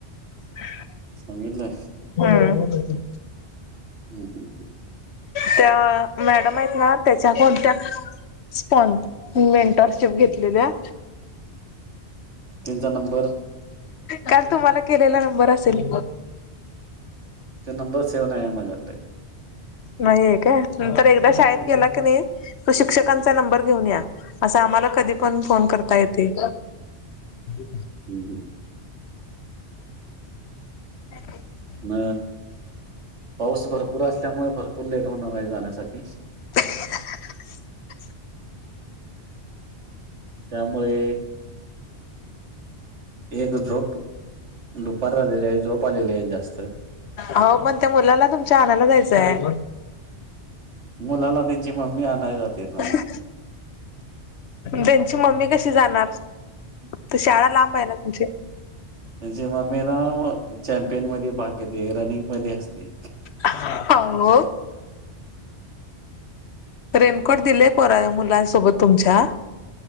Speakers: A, on the left (about 70°); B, on the right (about 90°).
A: ह <inaudible>
B: संांगीटले
A: हम्म
B: हम्म.
A: त्या मॅडम आहेत ना त्याच्या कोणत्या. स्पन मेंटरशिप घेतलेल्या्या.
B: त्यांचा नंबर.
A: काल तुम्हाला केलेला नंबर असेल.
B: ते नंबर सेव्ह नाही आहे माझ्याकडे.
A: नाहीय काय नंतर एकदा शाळेत
B: हम्म
A: गेला की नाही. त शिक्षकांचा नंबर घेऊन या अस आम्हाला कधी पण फोन करता येते. हम.
B: हम् हम्.
A: <unintelligible>
B: न पाऊस भरपूर असल्यामुळे भरपूर लेट होणार आहे जाण्यासाठी.
A: <inaudible>
B: त्यामुळे एक झोप. दुपार झालेली आहे झोप आलेली आहे जास्त.
A: हो पण त्या मुलाला तुमच्या आणायला जायचंय.
B: मुलाला त्यांची मम्मी आणयली जाते ना.
A: <inaudible> त्यांची मम्मी कशी जाणार. तर शाळा लांब आहे ना तुमची.
B: जेव्हा मी ना चॅम्पियन मध्ये भाग घेते रनिंग मध्ये असते.
A: हो. रेनकोट दिलेय पोरा मुलांसोबत तुमच्या.